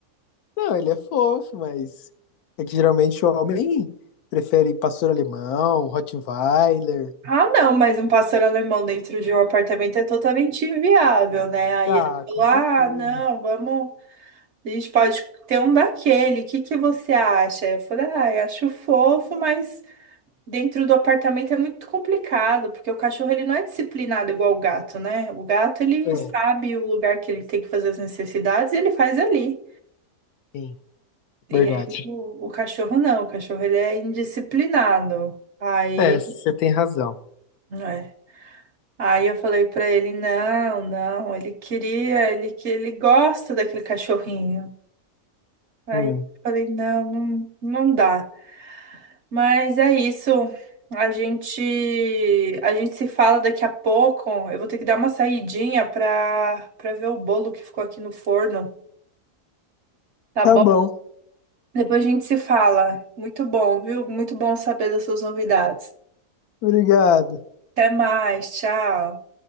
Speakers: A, on the left; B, on the right.
A: Não, ele é fofo, mas é que geralmente o homem prefere pastor alemão, Rottweiler.
B: Ah, não, mas um pastor alemão dentro de um apartamento é totalmente inviável, né? Aí
A: Ah,
B: ele falou:
A: com
B: Ah,
A: certeza.
B: não, vamos. A gente pode ter um daquele, o que que você acha? Eu falei: Ah, eu acho fofo, mas dentro do apartamento é muito complicado, porque o cachorro ele não é disciplinado igual o gato, né? O gato ele
A: É,
B: sabe o lugar que ele tem que fazer as necessidades e ele faz ali.
A: sim,
B: E
A: verdade.
B: aí o, o cachorro não, o cachorro ele é indisciplinado. Aí.
A: É, você tem razão.
B: é. Aí eu falei pra ele, não, não, ele queria, ele que ele gosta daquele cachorrinho. Aí
A: Hum.
B: eu falei, não, não, não dá. Mas é isso. A gente a gente se fala daqui a pouco. Eu vou ter que dar uma saidinha pra para ver o bolo que ficou aqui no forno, tá
A: Tá
B: bom?
A: bom.
B: Depois a gente se fala. Muito bom, viu? Muito bom saber das suas novidades.
A: Obrigado.
B: Até mais, tchau.